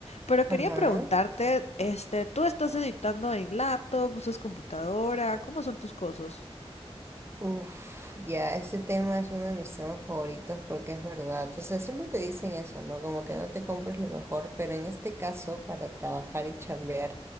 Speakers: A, on the left; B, on the right.
A: Pero quería
B: ajá.
A: preguntarte, este, ¿tú estás editando en laptop, usas computadora? ¿Cómo son tus cosas?
B: Uf, ya, ese tema es uno de mis temas favoritos porque es verdad. O sea, siempre te dicen eso, ¿no? Como que no te compres lo mejor, pero en este caso, para trabajar y chambear